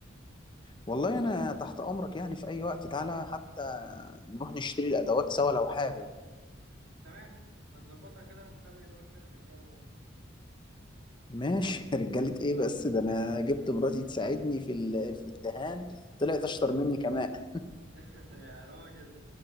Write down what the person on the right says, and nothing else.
تمام هنظبطها كده ونخلي الورشة للرجالة بقى
<laughs> يا راجل